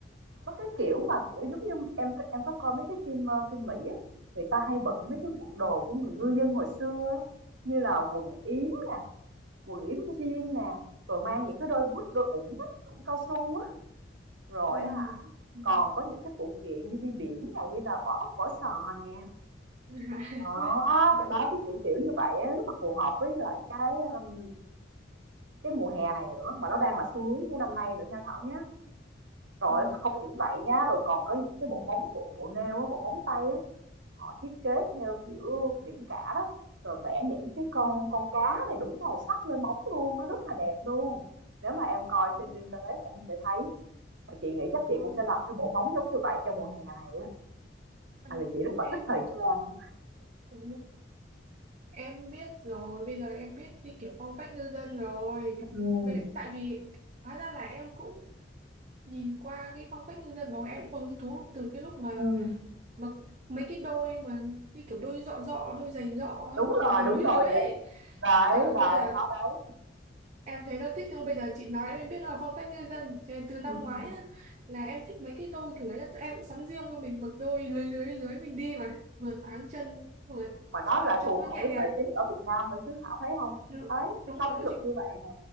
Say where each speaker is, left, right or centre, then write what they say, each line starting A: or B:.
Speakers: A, on the right (about 70°); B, on the right (about 35°).
A: nó cái kiểu mà của giống như em em có coi mấy cái phim ờ, phim Mỹ á, người ta hay bận mấy cái bộ đồ của người ngư dân hồi xưa á, như là quần yếm quần yếm jean nè rồi mang những cái đôi boot đôi ủng á, ủng cao su á rồi
B: Ừ.
A: á hả
B: Ừ.
A: còn có những cái phụ kiện như đi biển nè như là vỏ ốc vỏ sò nè
B: À. <laughs>
A: đó
B: À.
A: đó cái kiểu kiểu như vậy á, rất là phù hợp với lại cái um, cái mùa hè này nữa mà nó đang là xu hướng của năm nay nữa nha Thảo nhé rồi
B: Ừ.
A: không những vậy nha rồi còn có những cái bộ móng bộ, bộ nêu á, bộ móng tay á họ thiết kế theo
B: Ừ.
A: kiểu biển cả đó rồi vẽ những cái con
B: Ừ.
A: con cá này đủ màu sắc lên móng luôn nó rất là đẹp luôn nếu mà em coi
B: Ừ.
A: trên Pinterest em sẽ thấy mà chị nghĩ chắc chị
B: Ờ,
A: cũng sẽ lập cái bộ móng giống như vậy cho mùa hè này á
B: à,
A: tại vì chị rất là
B: em
A: thích thời trang
B: ừ, em biết rồi bây giờ em biết cái kiểu phong cách ngư dân rồi
A: ừ,
B: Bệ- tại vì hóa ra là em cũng nhìn qua cái phong cách ngư dân đó em cũng có hứng thú từ cái lúc mà
A: ừ.
B: mà mấy cái đôi mà như kiểu đôi dọ dọ đôi giày dọ á,
A: đúng
B: hoặc
A: rồi
B: là lưới
A: đúng
B: lưới
A: rồi vậy
B: ấy.
A: đấy
B: trời
A: đấy
B: bây giờ
A: nó đấy
B: Em thấy là thích nhưng bây giờ chị nói em biết là phong cách ngư dân Thế từ năm
A: <laughs>
B: ngoái á, là em thích mấy cái đôi kiểu đấy là tụi em cũng sắm riêng cho mình một đôi lưới lưới lưới mình đi mà vừa thoáng chân vừa
A: Mà nó
B: gọi
A: lại
B: là trông
A: phù
B: nó
A: hợp
B: nhẹ
A: với
B: nhàng
A: thời tiết ở Việt Nam nữa chứ Thảo thấy không
B: đúng,
A: Đấy,
B: đúng
A: nóng
B: rồi đó
A: nực
B: chị
A: như vậy nè,